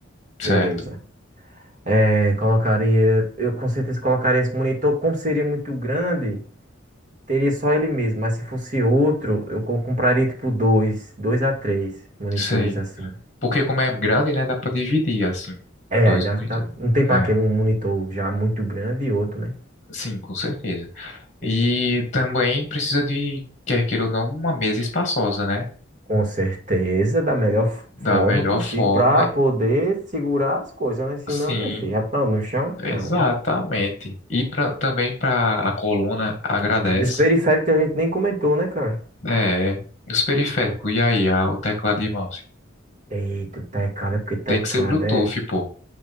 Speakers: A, on the left; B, on the right.
A: certo.
B: Beleza. É, colocaria, eu com certeza colocaria esse monitor, como seria muito grande, teria só ele mesmo. Mas se fosse outro, eu co- compraria tipo dois, dois a três monitores
A: Sei.
B: assim.
A: Porque como é grande, né, dá pra dividir, assim,
B: É,
A: dois
B: aí dá,
A: monitores.
B: dá- não tem pra
A: É,
B: que um monitor já muito grande e outro, né?
A: sim, com certeza. E também precisa de, quer queira ou não, uma mesa espaçosa, né?
B: Com certeza, da melhor f-
A: Da
B: forma
A: melhor
B: possível,
A: forma.
B: para poder segurar as coisas, né? Senão,
A: Sim.
B: meu filho, já tá no chão?
A: Exatamente.
B: Não, né?
A: E pra, também para a coluna agradece,
B: E os periféricos a gente nem comentou, né, cara?
A: é, os periféricos, e aí, a- o teclado e mouse.
B: Eita, o teclado é porque teclado
A: Tem que ser Bluetooth,
B: é.
A: pô.